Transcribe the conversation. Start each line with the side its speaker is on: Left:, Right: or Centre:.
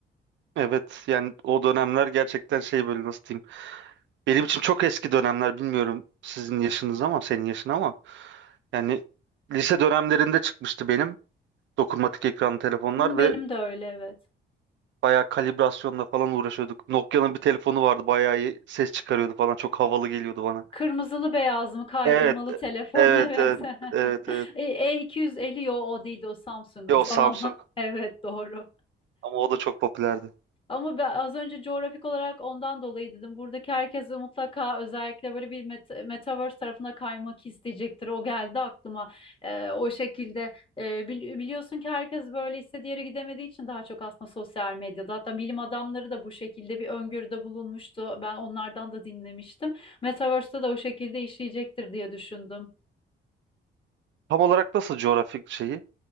Right: Evet yani o dönemler gerçekten şey böyle nasıl diyeyim. Benim için çok eski dönemler bilmiyorum sizin yaşınız ama senin yaşın ama. Yani lise dönemlerinde çıkmıştı benim. Dokunmatik ekranlı telefonlar
Left: Hı, benim
Right: ve
Left: de öyle evet.
Right: bayağı kalibrasyonla falan uğraşıyorduk. Nokia'nın bir telefonu vardı bayağı iyi ses çıkarıyordu falan çok havalı geliyordu bana.
Left: Kırmızılı beyaz mı kaydırmalı
Right: Evet,
Left: telefon
Right: evet,
Left: <laughs> evet.
Right: evet,
Left: <laughs>
Right: evet, evet.
Left: E, E250 yo o değildi o Samsung'un
Right: Yo Samsung
Left: tamam. <laughs> Evet doğru.
Right: ama o da çok popülerdi.
Left: Ama ben az önce coğrafik olarak ondan dolayı dedim. Buradaki herkes de mutlaka özellikle böyle bir met- metaverse tarafına kaymak isteyecektir. O geldi aklıma. Ee, o şekilde Ee, bili- biliyorsun ki herkes böyle istediği yere gidemediği için daha çok aslında sosyal medyada. Hatta bilim adamları da bu şekilde bir öngörüde bulunmuştu. Ben onlardan da dinlemiştim. Metaverse'te de o şekilde işleyecektir diye düşündüm.
Right: Tam olarak nasıl coğrafik şeyi?